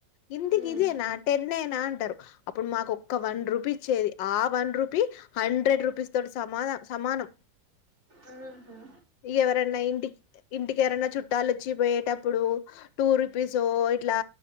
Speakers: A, on the left; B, on the right.
A: ఇందికి
B: ఉమ్
A: ఇదేనా టెన్ యేనా అంటారు అప్పుడు మాకు ఒక్క వన్ రూపీచ్చేది ఆ వన్ రుపీ హండ్రెడ్ రూపీస్ తోటి సమాన సమానం
B: ఊ హ్మ్
A: ఇవరన్నా ఇంటికి ఇంటికి ఎవరనా చుట్టాలు వచ్చి పోయేటప్పుడు టూ రుపీసో ఇట్లా